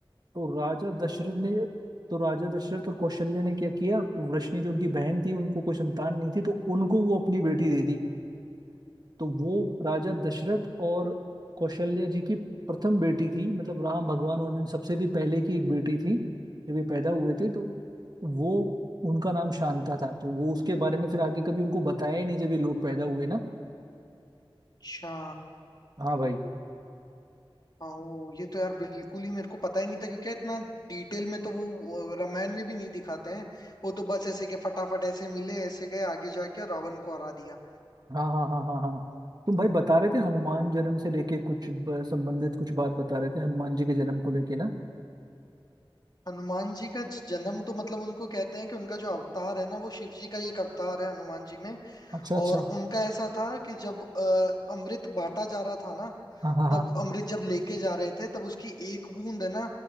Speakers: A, on the right (about 50°); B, on the left (about 50°).
A: तो राजा दशरथ ने तो राजा दशरथ और कौशल्य ने क्या किया वृष्णि जो उनकी बहन थी उनको कोई संतान नहीं थी तो उनको वो अपनी बेटी दे दी तो वो राजा दशरथ और कौशल्या जी की प्रथम बेटी थी मतलब राम भगवान और इन सबसे भी पहले की एक बेटी थी जब ये पैदा हुए थे तो वो उनका नाम शांता था तो वो उसके बारे में फिर आगे कभी उनको बताया ही नहीं जब ये लोग पैदा हुए ना
B: अच्छा
A: हाँ भाई
B: ओ ये तो यार बिल्कुल ही मेरे को पता ही नहीं था क्योंकि इतना डिटेल में तो वो वो रामायण में भी नहीं दिखाते हैं वो तो बस ऐसे के फटाफट ऐसे मिले ऐसे गए आगे जाके और रावण को हरा दिया
A: हाँ हाँ हाँ हाँ हाँ तुम भाई बता रहे थे हनुमान जन्म से लेके कुछ ब- संबंधित कुछ बात बता रहे थे हनुमान जी के जन्म को लेके ना
B: हनुमान जी का ज- जन्म तो मतलब उनको कहते हैं कि उनका जो अवतार है ना वो शिव जी का ही एक अवतार है हनुमान जी में
A: अच्छा अच्छा
B: और उनका ऐसा था कि जब अ, अमृत बांटा जा रहा था ना
A: हाँ हाँ हाँ
B: तब अमृत जब लेके जा रहे थे तब उसकी एक बूंद है ना